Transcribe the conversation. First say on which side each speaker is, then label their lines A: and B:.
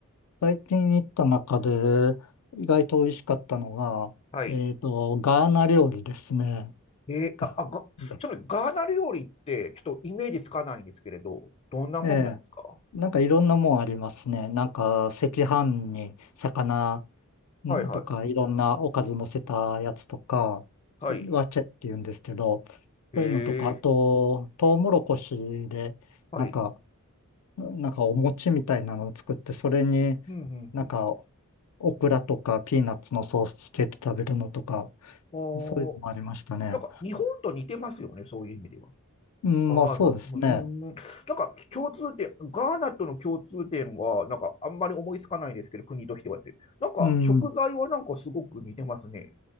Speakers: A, on the left (about 80°); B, on the left (about 25°).
A: 最近行った中で意外と美味しかったのが、
B: はい。
A: えっと、ガーナ料理ですね。
B: えー、
A: がが
B: あ、あ、が、ちなみにガーナ料理って、ちょっとイメージつかないんですけれど、どんなもんなんですか
A: ええなんかいろんなもんありますね。なんか赤飯に魚
B: はいはい。
A: んとかいろんなおかず乗せたやつとか、
B: はい。
A: それワチェって言うんですけど、
B: え
A: そういうのとか、あと、
B: ー、
A: トウモロコシで、
B: はい。
A: なんか、なんかお餅みたいなのを作って、それに
B: うんうんうん。
A: なんかオクラとかピーナッツのソースつけて食べるのとか、
B: おー
A: そういうのもありましたね。
B: なんか日本と似てますよね、そういう意味では。
A: うん、
B: ガーナ、
A: まあそうですね。
B: うん、なんか共通点、ガーナとの共通点は、なんかあんまり思いつかないんですけど、国としてはですね。なんか食材はなんかすごく似てますね。
A: うん。